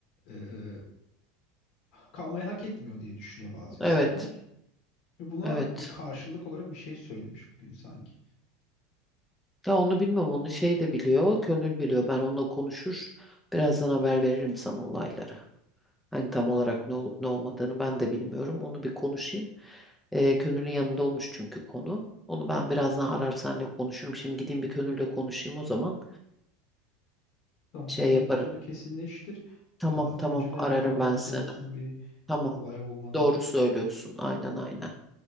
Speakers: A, on the left; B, in the centre.
A: eee, kalmayı hak etmiyor diye düşünüyor bazı insanlar
B: Evet.
A: ve buna
B: Evet.
A: bir karşılık olarak bir şey söylemiş bugün sanki.
B: Ya onu bilmem onu şey de biliyor, Könül biliyor. Ben onunla konuşur. Birazdan haber veririm sana olayları. Hani tam olarak ne olup ne olmadığını ben de bilmiyorum. Onu bir konuşayım. Ee, Könül'ün yanında olmuş çünkü konu. Onu ben birazdan arar senle konuşurum. Şimdi gideyim bir Könül'le konuşayım o zaman.
A: Tamam
B: Şey
A: sen
B: yaparım.
A: git onu kesinleştir
B: Tamam
A: Eee,
B: tamam
A: önceden
B: ararım
A: bir haberimiz
B: ben seni.
A: olsun bir
B: Tamam
A: olay olmadan
B: doğru söylüyorsun aynen aynen.